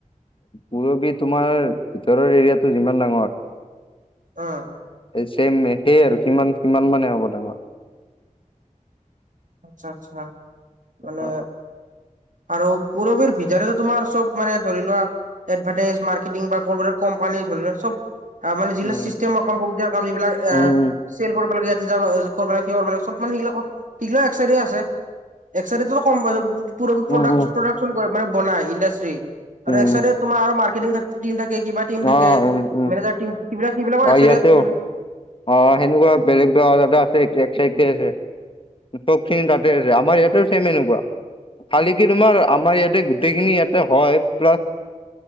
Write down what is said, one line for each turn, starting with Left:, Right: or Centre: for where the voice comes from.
Left: পুৰবি তোমাৰ, ভিতৰৰ এৰিয়াটো যিমান ডাঙৰ
Right: অ',
Left: চেম, একেই আৰু, কিমান কিমান মানে হ'ব ডাঙৰ
Right: আচ্ছা, আচ্ছা, মানে
Left: অ,
Right: আৰু, পুৰবীৰ ভিতৰে, তোমাৰ চব মানে ধৰি লোৱা এডভেটাইজ মাৰ্কেটিং বা কোম্পানী ধৰি লক চব মানে জিলা
Left: উম
Right: ছিষ্টেমৰ যিবিলাক কৰিব লাগে,
Left: উম
Right: কৰিব ল কৰিব লাগে সব মানে সেইবিলাক এগিলা একাইডে আছে, একসাইডো প্ৰদাকচন
Left: উম উম
Right: মানে, বনাই ইণ্ডাষ্ট্ৰি আৰু
Left: উম
Right: এক চাইডে তোমাৰ আৰু মাৰ্কেটি থাকে কিবা থাকে
Left: অ উম উম
Right: মেনেজাৰ, টম সিলাক সবিলাক
Left: অ ইয়াতেও
Right: মানে
Left: অ', সেনেকুৱা বেলেগ বোৱা আছে এক্সাইটেড আছে। চব খিনি তাতে আছে, আমাৰ ইয়াতে ছেম এনেকুৱা শালিকি তোমাৰ, আমাৰ ইয়াতে গোটেইখিনি ইয়াতে হয়, প্লাছ